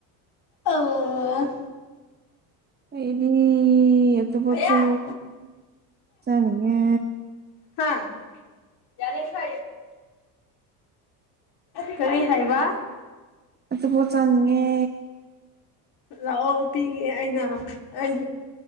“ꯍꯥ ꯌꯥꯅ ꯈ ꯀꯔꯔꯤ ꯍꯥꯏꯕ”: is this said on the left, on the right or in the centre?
Left